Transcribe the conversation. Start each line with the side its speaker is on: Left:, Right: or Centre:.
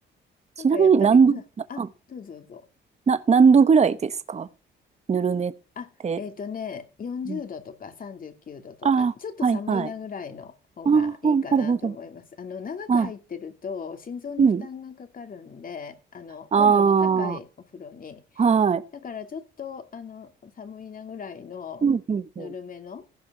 Left: なんかやっぱり、
Right: ちなみに何度、
Left: うん、
Right: な、
Left: あ、
Right: あ、
Left: どうぞどうぞ。
Right: な、何度ぐらいですかぬるめって。
Left: あ、えっとね、40度とか39度とか、
Right: うんあ
Left: ちょっと寒いなぐらいの方がいいかなと思います。
Right: あ、はいはい。ああ、なるほど。
Left: あの、長く入ってると心臓に負担がかかるんで、
Right: あ、うん。
Left: あの、
Right: ああ、
Left: 温度の高いお風呂に。
Right: はい。
Left: だからちょっと、あの、寒いなぐらいのぬるめの
Right: うんうんうん。